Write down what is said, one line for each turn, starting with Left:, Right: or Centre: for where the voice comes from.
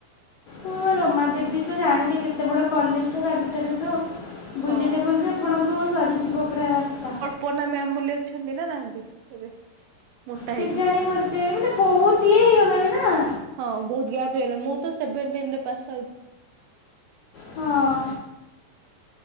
Left: ମୁଁ ରୋମା ଦେବୀ ତ ଜାଣିଛି କେତେ ବଡ କଲେଜ ଟା ତା ଭିତରେ ତ ବୁଲିତେ
Right: ହଁ
Left: ବୁଲଦେ ଆପଣଙ୍କୁ ସରିଯିବ ପୁରା ରାସ୍ତା।
Right: ପୋନା ମ୍ୟାାମ ବୋଲି ଅଛନ୍ତି ନା ନାହାନ୍ତି ଏବେ ମୋଟା
Left: କି
Right: ହେଇକି?
Left: ଜାଣେ ମରିତେ ମାନେ ବହୁତ ଇଏ ହେଇଗଲାଣି ନା?
Right: ହଁ ବହୁ ଗ୍ୟାପ୍ ହେଇଗଲା ମୁଁ ତ ସେଭେଣ୍ଠିନ୍‌ରେ ପାସ୍
Left: ହଁ।